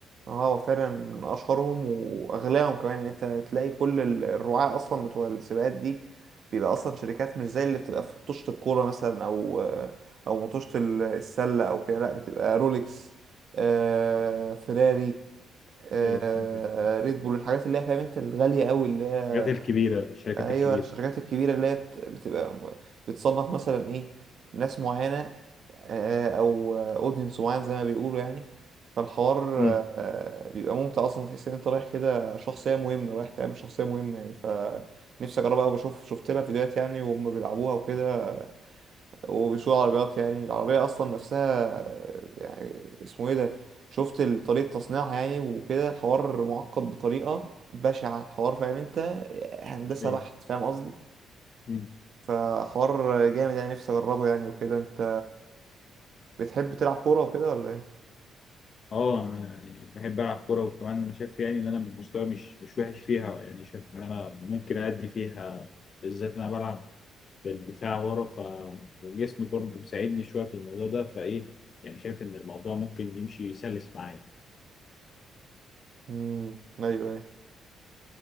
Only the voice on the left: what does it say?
ايوه فهمتك
الحاجات الكبيره الشركات
الكبيره
امم
ايوه
مم.
اه انا يعني بحب العب كوره وكمان انا شايف يعني ان انا مستواي مش مش وحش فيها يعني شايف ان انا ممكن ادي فيها بالذات انا بلعب بالدفاع ورا ف وجسمي برضه مساعدني شويه في الموضوع ده فايه يعني شايف ان الموضوع ممكن يمشي سلس معايا